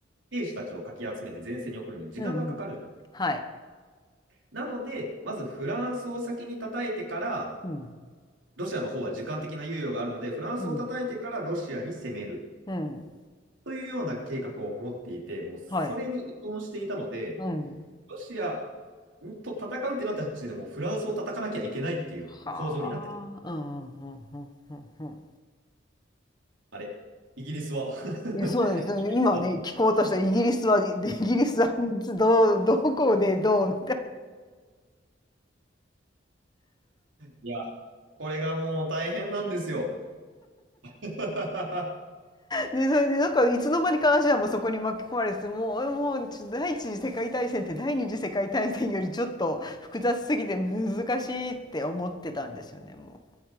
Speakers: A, on the right (about 80°); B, on the left (about 20°).
A: 兵士たちをかき集めて前線に送るのに時間がかかるじゃない。
B: うん、うん。はい。
A: なので、まずフランスを先に叩いてから、
B: うん、
A: ロシアの方は時間的な猶予があるので、フランスを叩いてからロシアに攻める
B: うん、うん、
A: というような計画を持っていて、もうそれに依存していたので、
B: はい。うん。
A: ロシアと戦うってなった時点でもうフランスを叩かなきゃいけないっていう構造になってた。
B: はあ、うんうんうんうんうんうん。
A: あれ、イギリスは <laughs>
B: いや、そうですね。今ね、
A: あ
B: 聞こうとしたイギリスは、でイギリスはどう、どこでどうみ
A: いや、これがもう大変なんですよ。<laughs>
B: でそれでなんかいつの間にかアジアもそこに巻き込まれてもうもう第一次世界大戦って第二次世界大戦よりちょっと複雑すぎて難しいって思ってたんですよねも